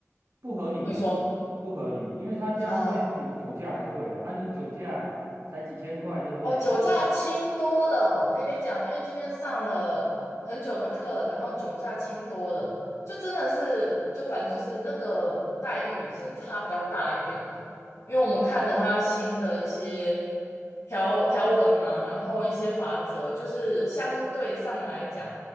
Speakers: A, on the right (about 75°); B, on the left (about 80°).
A: 不合理啦，
B: 你说。
A: 不合理，因为他这样会比酒驾还贵啊。
B: 啊，
A: 啊，你酒驾才几千块，对不对？
B: 哦，酒驾轻多了。
A: 啊，
B: 我跟你讲，因为今天上了很久的课，然后酒驾轻多了，就真的是，就反正就是那个待遇是差比较大一点的。因为我们看了他新的一些条条文嘛，然后一些法则，就是相对上来讲，